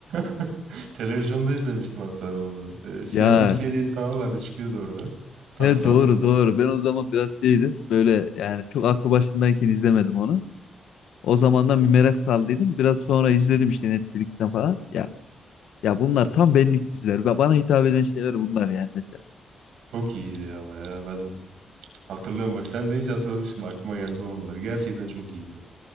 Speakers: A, on the right (about 85°); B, on the left (about 85°).
A: <laughs> Televizyonda izlemiştim hatta ben onu. Ee, CNBC
B: Ya
A: diye bir kanal vardı çıkıyordu orada. Tabii
B: he,
A: sansürlü.
B: doğru doğru. Ben o zaman biraz şeydim. Böyle yani çok aklı başındayken izlemedim onu. O zamandan bir merak saldıydım. Biraz sonra izledim işte Netflix'ten falan. Ya ya bunlar tam benlik diziler. Ba- Bana hitap eden şeyler bunlar yani mesela.
A: Çok iyiydi ama ya ben hatırlıyorum bak sen deyince hatırladım şimdi aklıma geldi o anılar. Gerçekten çok iyiydi.